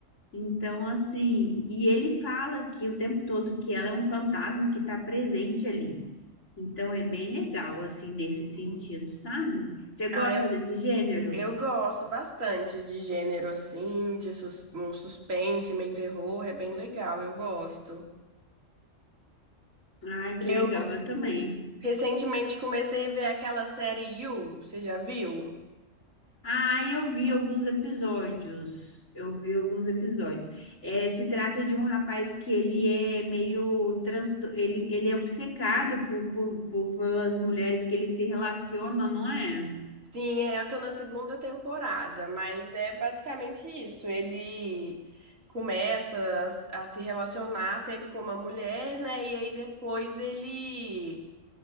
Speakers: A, on the left; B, on the right.
A: Então, assim, e ele fala que o tempo todo que ela é um fantasma que está presente ali. Então, é bem legal, assim, nesse sentido,
B: hum.
A: sabe? Você gosta
B: Ah, eu,
A: desse gênero?
B: eu gosto bastante de gênero assim, de sus- um suspense, meio terror, é bem legal, eu gosto.
A: Ai,
B: Eu
A: que legal, eu também.
B: recentemente comecei a ver aquela série You, você já viu?
A: Ah, eu vi alguns episódios. Eu vi alguns episódios. É, se trata de um rapaz que ele é meio trans... ele, ele é obcecado por, por, por- pelas mulheres que ele se relaciona, não é?
B: Sim, é, eu tô na segunda temporada, mas é basicamente isso. Ele começa a, a se relacionar sempre com uma mulher, né? E aí depois ele